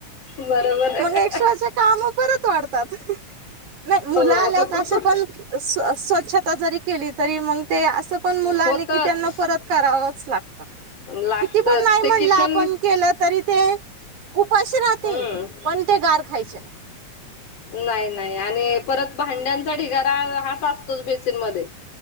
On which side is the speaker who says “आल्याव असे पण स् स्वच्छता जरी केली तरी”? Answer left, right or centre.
Right